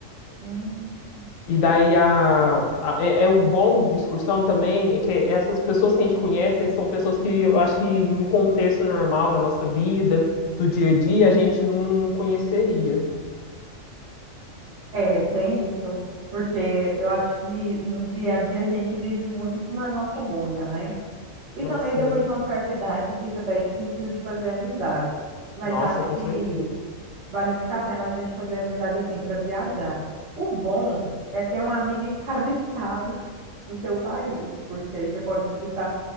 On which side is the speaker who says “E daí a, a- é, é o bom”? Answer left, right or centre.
Left